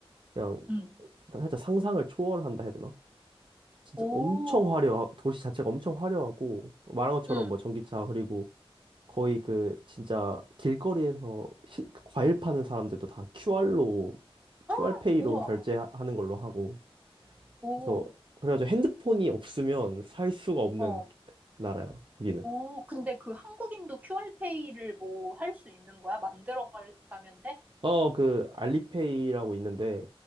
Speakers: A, on the right; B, on the right.
A: 그냥
B: 응.
A: 살짝 상상을 초월한다 해야 되나? 진짜
B: 오,
A: 엄청 화려하, 도시 자체가 엄청 화려하고, 말한 것처럼
B: 응.
A: 뭐 전기차, 그리고 거의 그, 진짜 길거리에서 시- 과일 파는 사람들도 다 QR로, QR페이로
B: 아, 우와.
A: 결제하는 걸로 하고,
B: 오,
A: 그래서, 그래가지고 핸드폰이 없으면 살 수가 없는
B: 어.
A: 나라야, 거기는.
B: 오, 근데 그 한국인도 QR페이를 뭐 할 수 있는 거야? 만들어 갈- 가면 돼?
A: 어, 그, 알리페이라고 있는데,